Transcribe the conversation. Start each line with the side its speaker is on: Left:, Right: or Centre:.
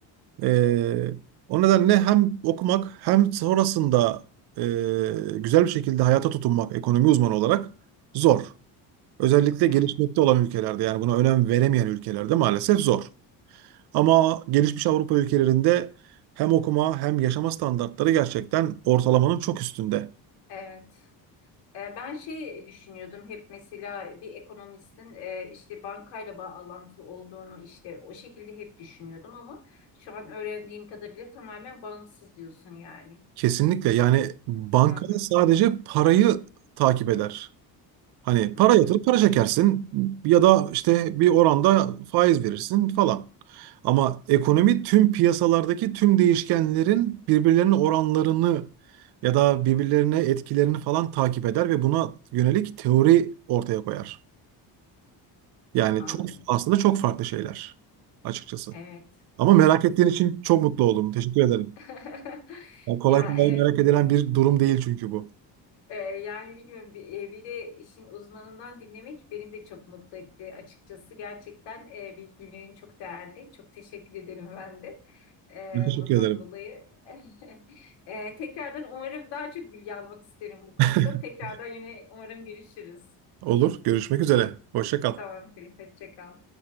Right: E, o nedenle hem okumak hem sonrasında e, güzel bir şekilde hayata tutunmak ekonomi uzmanı olarak zor. Özellikle
Left: Evet,
Right: gelişmekte olan ülkelerde yani buna önem veremeyen ülkelerde maalesef zor. Ama gelişmiş Avrupa ülkelerinde hem okuma hem yaşama standartları gerçekten ortalamanın çok üstünde.
Left: evet. E, Ben şey düşünüyordum hep mesela bir ekonomistin e, işte bankayla bağlantılı olduğunu işte o şekilde hep düşünüyordum ama şu an öğrendiğim kadarıyla tamamen bağımsız diyorsun yani.
Right: Kesinlikle yani banka
Left: Hı hı,
Right: sadece parayı takip eder. Hani
Left: hı
Right: para
Left: hı.
Right: yatırıp para çekersin ya da işte bir oranda faiz verirsin falan. Ama ekonomi tüm piyasalardaki tüm değişkenlerin birbirlerinin oranlarını ya da birbirlerine etkilerini falan takip eder ve buna yönelik teori ortaya koyar. Yani
Left: Anladım.
Right: çok aslında çok farklı şeyler açıkçası.
Left: Evet,
Right: Ama merak
Left: evet.
Right: ettiğin için çok mutlu oldum. Teşekkür ederim.
Left: <laughs>
Right: Yani kolay
Left: Ya
Right: kolay
Left: evet
Right: merak edilen bir durum değil çünkü bu.
Left: Ee, yani bilmiyorum bir, e, bir de işin uzmanından dinlemek beni de çok mutlu etti açıkçası. Gerçekten e, bilgilerin çok değerli. Çok teşekkür ederim ben de e,
Right: Ben teşekkür
Left: bundan
Right: ederim.
Left: dolayı. <laughs> E, tekrardan umarım daha çok bilgi almak isterim bu konuda.
Right: <laughs>
Left: Tekrardan yine umarım görüşürüz.
Right: Olur. Görüşmek üzere. Hoşça kal.
Left: Tamam, hoşça kal.